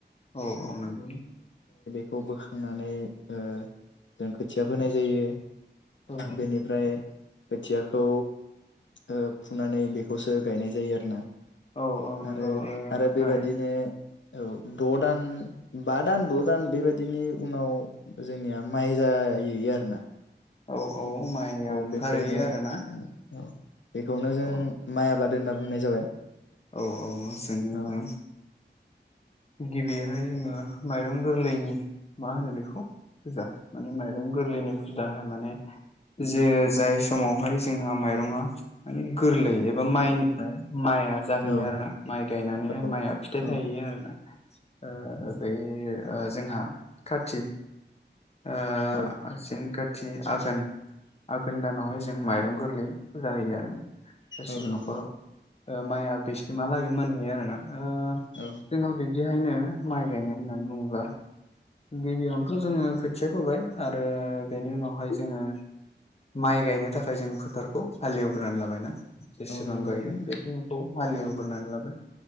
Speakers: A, on the left (about 35°); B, on the left (about 85°).
A: औ औ नंगौ।
B: खौ बोखांनानै ओ जों खोथिया फोनाय जायो।
A: औ
B: बेनिफ्राय खोथियाखौ ओ फुनानै बेखौसो गायनाय जायो आरोना।
A: औ औ नंगौ
B: आरो
A: ओमफ्राय
B: आरो बेबादिनो औ द' दान बा दान द' दान बेबायदिनि उनाव जोंनिया माइ जाहैयो आरोना।
A: औ औ माइया
B: औ
A: ओंखारहैयो
B: बेखौनो
A: आरोना।
B: औ बेखौनो जों
A: औ
B: माइ आबाद होनना बुंनाय जाबाय।
A: औ औ जोङो
B: औ
A: गिबिहाय जोङो माइरं गोरलैनि मा होनो बेखौ फुजा माने माइरं गोरलैनि फुजाहोनाने माने जे जाय समावहाय जोंहा माइरंआ माने गोरलै एबा माइनिफ्राय माइआ जाहैयो
B: औ
A: आरो ना माइ गायनानैहाय
B: औ
A: माइआ फिथाइ
B: औ
A: थाहैयो आरो ना । ओ-ओ बे ओ जोंहा खथि ओ
B: औ
A: आसिन खार थि आघोन आघोन दानावहाय जों माइरं गोरलै फुजा होयो आरोना । गासिबो
B: औ नंगौ
A: न'खराव
B: नंगौ
A: माइया बिसिमहालागै मोनहैयो आरो ना ओ
B: औ
A: जोंहा बिदिहायनो माइ गायनाय होननानै बुङोब्ला। गिबियावनोथ' जोङो खोथिया फोबाय आरो बेनि उनावहाय जोङो । माइ गायनो थाखाय जों फोथारखौ हालेवग्रोनानै लाबायना जेसेबां
B: औ नंगौ
A: गायगोन
B: नंगौ
A: बेखिनिखौ' हालेवग्रोनानै
B: औ
A: लाबाय